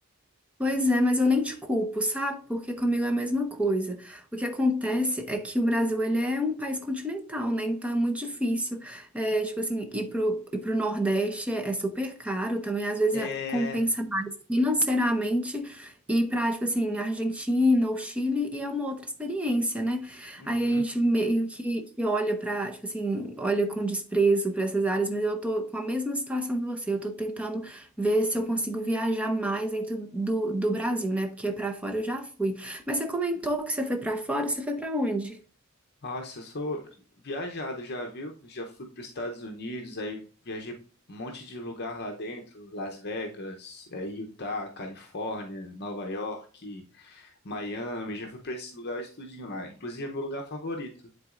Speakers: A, in the centre; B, on the left.
A: Pois é, mas eu nem te culpo, sabe? Porque comigo é a mesma coisa. O que acontece é que o Brasil, ele é um país continental, né? Então é muito difícil, é, tipo assim, ir pro, ir pro Nordeste é, é super caro também. Às vezes
B: É.
A: é- compensa mais financeiramente ir pra, tipo assim, Argentina ou Chile e é uma outra experiência, né?
B: Uhum.
A: Aí a gente meio que, que olha pra, tipo assim, olha com desprezo pra essas áreas, mas eu tô com a mesma situação que você. Eu tô tentando ver se eu consigo viajar mais dentro do, do Brasil, né? Porque pra fora eu já fui. Mas você comentou que você foi pra fora, você foi pra onde?
B: Nossa, eu sou viajado já, viu? Já fui para os Estados Unidos, aí viajei um monte de lugar lá dentro, Las Vegas, é, Utah, Califórnia, Nova York, Miami, já fui para esses lugares tudinho lá. Inclusive é meu lugar favorito.